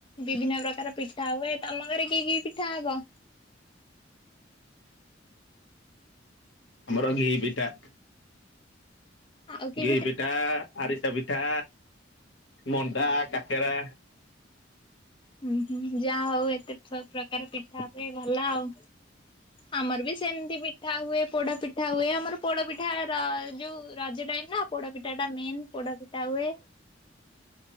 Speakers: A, on the left (about 25°); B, on the left (about 80°).
A: ବିଭିନ୍ନ ପ୍ରକାର ପିଠା ହୁଏ ତମ ଘରେ କି କି ପିଠା ହବ?
B: ଆମର ଘି ପିଠା।
A: ଆଉ କି
B: ଘି ପିଠା ଆରିସା ପିଠା ମଣ୍ଡା କାକେରା।
A: ହୁଁ ହୁଁ ଯାହା ହଉ ଏତେ ପ୍ର ପ୍ରକାର ପିଠା ହୁଏ ଭଲ ଆଉ। ଆମର ବି ସେମତି ମିିଠା ହୁଏ ପୋଡ ପିଠା ହୁଏ ଆମର ପୋଡପିଠା ରଜ ଯୋଉ ରଜ ଟାଇମ ନା ପୋଡପିଠା ଟା ମେନ ପୋଡପିଠା ହୁଏ।